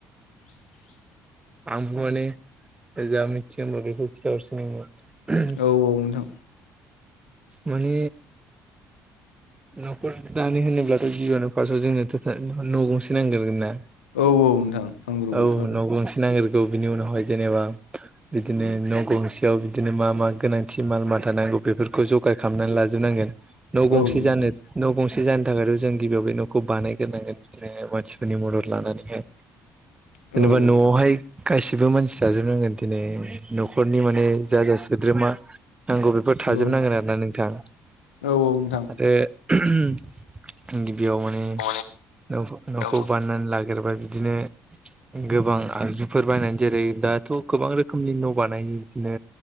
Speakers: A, on the left; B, on the right.
A: <unintelligible>
B: आंबो माने, जा मिथियो होमबा बेखौ खिथाहरसै नोंनो
A: औ औ नोंथां
B: माने, न'खर दानो होनोब्लाथ' जिउआनो फार्स्टआव जोंनो न' गंसे नांगोरगोन ना।
A: औ औ नोंथां नांग्रोगौथ'
B: औ
A: आरो
B: न' गंसे नांगो औ बिनि उनावहाय जेनेबा, बिदिनो न' गंसेयाव बिदिनो मा-मा गोनांथि माल मा थानां बेफोरखौ जगार खालामनानै लाोबांजोब नांगोन। न' गंसे
A: औ नोंथां
B: जानो न' गंसे, जानो थाखायथ' जों गिबियाव बे न'खौ बानायग्रनांगोन बिदिनो मानसिफोरनि मदद लानानैहाय,
A: औ
B: जेनेबा न'आवहाय
A: नोंथां
B: गासिबो मानसि जाजोबनांगोन दिनै, न'खरनि माने जा-जा सोद्रोमा नांगौ बेफोर
A: औ
B: थाजोबनांगोन
A: औ
B: आरो, नोंथां
A: औ नोंथां
B: आरो <unintelligible> बेयाव माने,
A: औ
B: न' - न'खौ
A: औ
B: बाननानै ला नागेरबा बिदिनो गोबां आगजुफोर बायनानै जेरै दाथ' गोबां रोखोमनि न' बानायो। बिदिनो